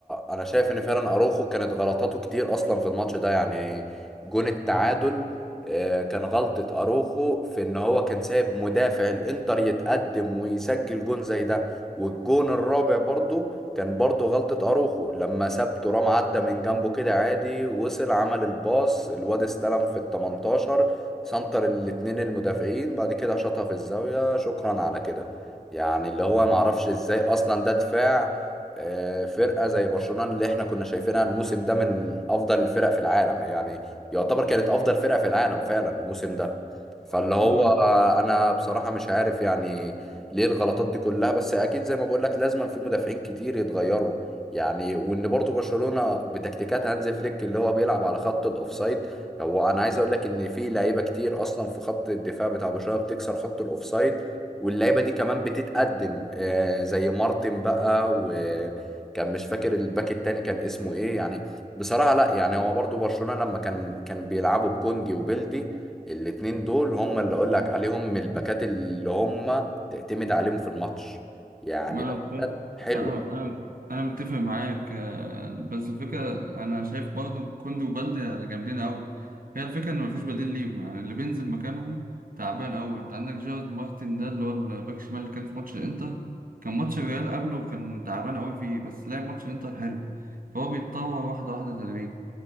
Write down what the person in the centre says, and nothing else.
انا شايف ان فعلا اروخو كانت غلطاته كتير اصلا في الماتش ده يعني جون التعادل آه، كان غلطة اروخو في ان هو كان سايب مدافع الانتر يتقدم ويسجل جون زي ده والجون الرابع برضو كان برضو غلطة اروخو لما ساب ترام عدى من جنبه كده عادي وصل عمل الباص الواد استلم في ال 18 سنتر الاتنين المدافعين بعد كده شاطها في الزاوية شكرا على كده يعني اللي هو معرفش ازاي اصلا ده دفاع آه، فرقة زي برشلونة اللي احنا كنا شايفينها الموسم ده من افضل الفرق في العالم يعني يعتبر كانت افضل فرقة في العالم فعلا الموسم ده فاللي هو
آه، انا بصراحة مش عارف يعني ليه الغلطات دي كلها بس اكيد زي ما بقول لك لازم في مدافعين كتير يتغيروا يعني وان برضو برشلونة بتكتيكات هانز فليك اللي هو بيلعب على خط الاوفسايد هو انا عايز اقول لك ان في لعيبة كتير اصلا في خط الدفاع بتاع برشلونة بتكسر خط الاوفسايد واللعيبه دي كمان بتتقدم آه، زي مارتن بقى وكان مش فاكر الباك التاني كان اسمه ايه يعني بصراحه لا يعني هو برضو برشلونه لما كان كان بيلعبوا بكوندي وبيلدي الاتنين دول هم اللي اقول لك عليهم من الباكات اللي هم تعتمد عليهم في الماتش يعني
باكات
حلوه